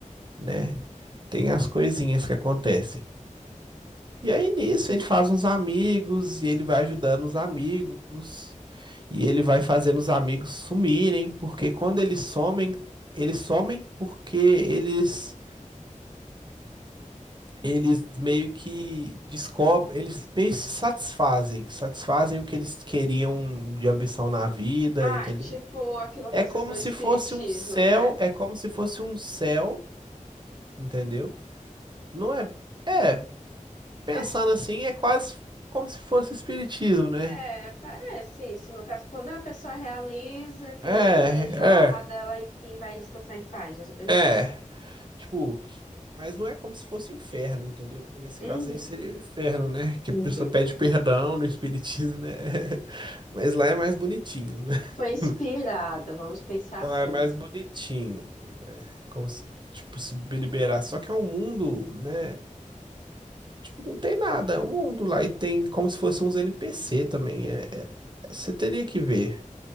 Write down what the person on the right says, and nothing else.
né? Tem as coisinhas que acontecem. E aí nisso ele faz uns amigos e ele vai ajudando os amigos e ele vai fazendo os amigos sumirem, porque quando eles somem, eles somem porque eles eles meio que descobrem, eles meio que se satisfazem, satisfazem o que eles queriam de ambição na vida,
entendeu?
É
como
se fosse um céu,
é como se fosse um céu, entendeu? Não é, é, pensando
assim, é quase como se fosse espiritismo, né?
É,
é, é.
Tipo, mas não é como se fosse inferno, entendeu? Nesse
caso aí seria o inferno, né? Que
a pessoa
pede perdão no espiritismo, né? <laughs> Mas lá é mais bonitinho, né?
<laughs>
Ela
é mais
bonitinho, né? Como se, tipo, se liberar. Só que é um mundo, né? Tipo, não tem nada, é um mundo lá e tem como se fossem uns NPC também. É, é- você teria que ver.